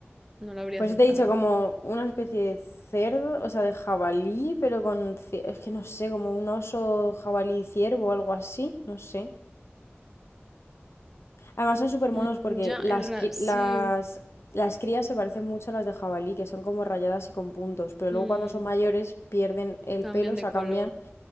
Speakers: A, in the centre; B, on the left (about 80°).
A: No lo habría
B: pues
A: acertado.
B: te he dicho, como una especie de cerdo, o sea, de jabalí, pero con, cie- es que no sé, como un oso jabalí ciervo o algo así, no sé. Además son súper monos
A: Mm,
B: porque
A: ya,
B: las,
A: es raro.
B: cri-
A: Sí.
B: las, las crías se parecen mucho a las de jabalí, que son como rayadas y con puntos, pero luego
A: Mm,
B: cuando son mayores pierden el
A: cambian
B: pelo, se
A: de color.
B: cambian,